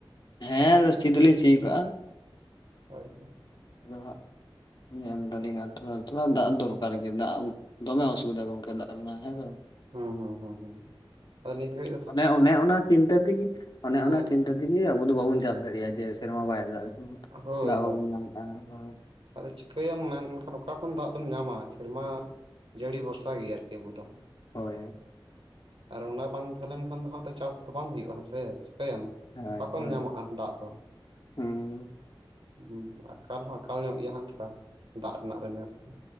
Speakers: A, on the left (about 55°); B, on the right (about 80°).
A: ᱦᱮᱸ ᱟᱫᱚ
B: ᱥᱤᱭᱳᱜ
A: ᱥᱤ ᱫᱚᱞᱤᱧ
B: ᱵᱟᱲᱟ
A: ᱥᱤ ᱟᱠᱟᱜᱼᱟ
B: ᱦᱳᱭ ᱦᱳᱭ
A: ᱟᱫᱚ ᱦᱟᱸᱜ ᱧᱮᱞ ᱫᱟᱞᱤᱧᱟ ᱛᱷᱚᱲᱟ ᱛᱷᱚᱲᱟ ᱫᱟᱜ ᱫᱚᱨᱠᱟᱨ ᱜᱮ ᱫᱟᱜ ᱫᱚᱢᱮ ᱚᱥᱩᱵᱤᱫᱟ ᱜᱚᱝᱠᱮ ᱫᱟᱜ ᱨᱮᱱᱟᱜ ᱦᱮᱸ ᱥᱮ
B: ᱦᱩᱸ ᱦᱩᱸ ᱦᱩᱸ ᱦᱩᱸ ᱟᱫᱚ ᱱᱤᱛ ᱜᱷᱟᱹᱲᱤ
A: ᱚᱱᱮ ᱚᱱᱮ ᱚᱱᱟ ᱪᱤᱱᱛᱟᱹ ᱛᱮᱜᱮ, ᱚᱱᱮ
B: ᱦᱮᱸ
A: ᱚᱱᱟ ᱪᱤᱱᱛᱟᱹ ᱪᱤᱠᱟᱭᱟᱵᱚᱱ ᱟᱵᱚ ᱵᱟᱵᱚᱱ ᱪᱟᱥ ᱫᱟᱲᱮᱭᱟᱜᱼᱟ ᱡᱮ ᱥᱮᱨᱢᱟ ᱵᱟᱭ ᱫᱟᱜ
B: ᱦᱳᱭ
A: ᱫᱟᱜ
B: ᱦᱳᱭ
A: ᱵᱟᱵᱚᱱ ᱧᱟᱢ ᱞᱮᱠᱷᱟᱱ ᱫᱚ
B: ᱟᱫᱚ ᱪᱤᱠᱟᱹᱭᱟᱢ ᱢᱮᱱᱠᱷᱟᱱ ᱚᱠᱟ ᱠᱷᱚᱱ ᱫᱟᱜ ᱫᱚᱢ ᱧᱟᱢᱟ ᱥᱮᱨᱢᱟ ᱡᱟᱹᱲᱤ ᱵᱷᱚᱨᱥᱟ ᱜᱮ ᱟᱨᱠᱤ ᱟᱵᱚ ᱫᱚ
A: ᱦᱳᱭ
B: ᱟᱨ ᱚᱱᱟ ᱵᱟᱝ ᱛᱟᱦᱮᱸ ᱞᱮᱱ ᱠᱷᱟᱱ ᱫᱚ ᱦᱟᱜ ᱪᱟᱥ ᱛᱚ ᱵᱟᱝ ᱦᱩᱭᱩᱜᱼᱟ ᱦᱮᱸ ᱥᱮ ᱪᱤᱠᱟᱹᱭᱟᱢ᱾
A: ᱦᱳᱭ
B: ᱚᱠᱟ‌ᱢ
A: ᱦᱳᱭ
B: ᱧᱟᱢᱚᱜᱼᱟ ᱫᱟᱜ ᱫᱚ
A: ᱦᱩᱸ
B: ᱦᱩ ᱟᱠᱟᱞ ᱦᱚᱸ ᱟᱠᱟᱞ ᱧᱚᱜ ᱜᱮᱭᱟ ᱦᱟᱜ ᱛᱷᱚᱲᱟ ᱫᱟᱜ ᱨᱮᱱᱟᱜ ᱫᱚ ᱱᱮᱥ ᱫᱚ᱾